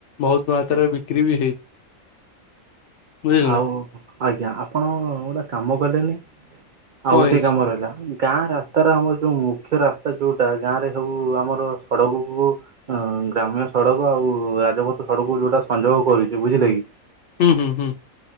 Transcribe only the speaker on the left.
ବହୁତ
ମାତ୍ରାରେ ବିକ୍ରି ବି ହେଇଛି। ବୁଝିଲ
ନା
କଣ
ହେଇଛି
ହୁଁ ହୁଁ ହୁଁ।